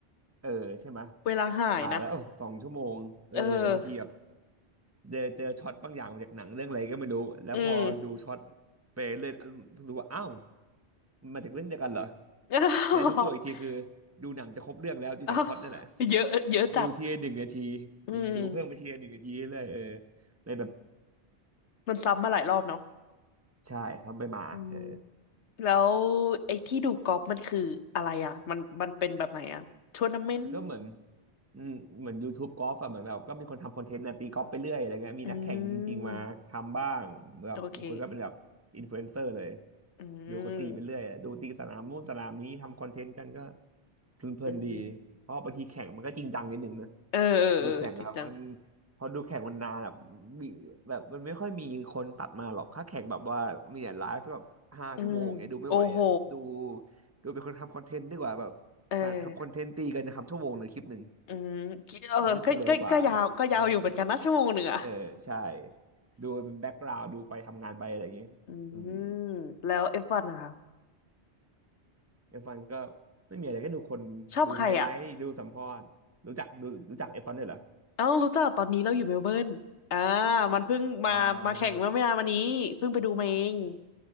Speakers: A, on the right (about 15°); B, on the left (about 85°).
A: เออใช่ไหมย
B: เวลาหายนะ
A: หาแล้วเอ้าสองชั่วโมงเออบางทีแบบ
B: เออ
A: เจอเจอช็อตบางอย่างมาจากหนังเรื่องอะไรก็ไม่รู้แล้วพอดูช็อต
B: อืม
A: ไปเรื่อยรู้ว่าอ้าวมันมาจากเรื่องเดียวกันเหรอ
B: <laughs>
A: แล้วดูตัวอีกทีคือดูหนังจะครบเรื่องแล้วดูจากช็อตนั่นแหละ
B: อ้าวอ้าวเยอะเยอะจัด
A: ดูทีละหนึ่งนาทีอืมดูเพิ่มไปทีละหนึ่งนาทีเรื่อยๆเออ
B: อืม
A: เลยแบบ
B: มันซ้ำมาหลายรอบเนาะ
A: ใช่ทำไปมาเออ
B: อืมแล้วไอ้ที่ดูกอล์ฟมันคืออะไรอ่ะมันมันเป็นแบบไหนอ่ะทัวร์นาเมนต์
A: ก็เหมือนอืมเหมือน YouTube กอล์ฟอะเหมือนแบบก็มีคนทำคอนเทนต์นะตีกอล์ฟไปเรื่อยอะไรเงี้ยมีนักแข่งจริงๆมาทำบ้างแบบบางคนก็เป็นแบบอินฟลูเอนเซอร์เลย
B: อืมโอเคอืม
A: ดูเขาตีไปเรื่อยอะดูตีสนามนู่นสนามนี้ทำคอนเทนต์กันก็ เพลินๆดี
B: อืม
A: เพราะบางทีแข่งมันก็จริงจังนิดนึงนะ
B: เออเออเออจริงจัง
A: ดูแข่งแบบมันพอดูแข่งมันนานแบบมีแบบมันไม่ค่อยมีคนตัดมาหรอกถ้าแข่งแบบว่ามีแต่ไลฟ์แบบห้าชั่วโมงเงี้ยดูไม่ไหวอ่ะดู
B: อืมโอ้โห
A: ดูเป็นคนทำคอนเทนต์ดีกว่าแบบ
B: เออ
A: หาทำคอนเทนต์ตีกันทำชั่วโมงหรือคลิปหนึ่ง
B: อืมเออก็ก็ก็ยาวก็ยาวอยู่เหมือนกันนะชั่วโมงหนึ่งอ่ะ
A: มันก็จะเร็วกว่าใช่เออใช่ดูเป็นแบ็กกราวด์ดูไปทำงานไปอะไรอย่างงี้อืม
B: อืมแล้วเอฟวันนะคะ
A: เอฟวันก็ไม่มีอะไรก็ดูคนดูไฮไลท์ดูสัมภาษณ์รู้จักดูรู้จักเอฟวันด้วยเหรอ
B: ชอบใครอ่ะ เอ้ารู้จักตอนนี้เราอยู่เมลเบิร์นอ่ามันเพิ่งมามาแข่งเมื่อไม่นานมานี้เพิ่งไปดูมาเอง
A: อ่า